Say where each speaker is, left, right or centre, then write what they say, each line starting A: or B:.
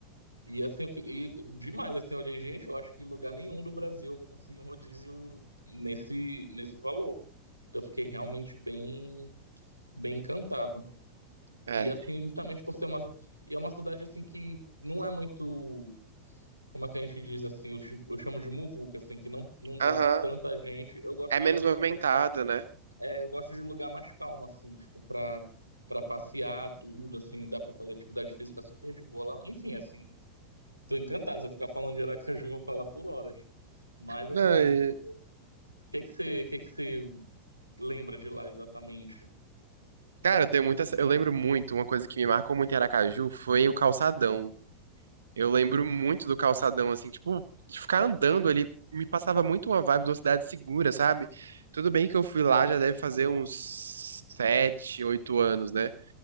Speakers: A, on the right (about 90°); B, on the right (about 70°).
A: E assim, eu fi- e demais, assim, eu olhei, gente, eu acho que em lugar nenhum do Brasil eu vou conseguir um rodízio nesse, nesse valor. Então eu fiquei realmente bem, bem encantado.
B: É.
A: E assim, justamente por ser uma. E é uma cidade assim que não é muito. Como é que a gente diz assim? Eu, ch- eu chamo de muvuca, assim, que não, não
B: Aham.
A: dá tanta gente. Eu gosto
B: É menos
A: mais assim,
B: movimentada,
A: eu, tam-
B: né?
A: é, eu gosto de lugar mais calmo, assim, tipo, pra, pra passear, tudo, assim, dá pra fazer atividade física super de boa lá. Enfim, assim, tô encantado. Se eu ficar falando de Aracaju, eu vou falar por horas. Mas
B: Não,
A: assim,
B: e-
A: o que que você, o que que você lembra de lá exatamente?
B: Cara, eu tenho muita. Eu lembro muito, uma coisa que me marcou muito em Aracaju foi o calçadão. Eu lembro muito do calçadão, assim, tipo, de ficar andando ali, me passava muito uma vibe de uma cidade segura, sabe? Tudo bem que eu fui lá, já deve fazer uns sete, oito anos, né?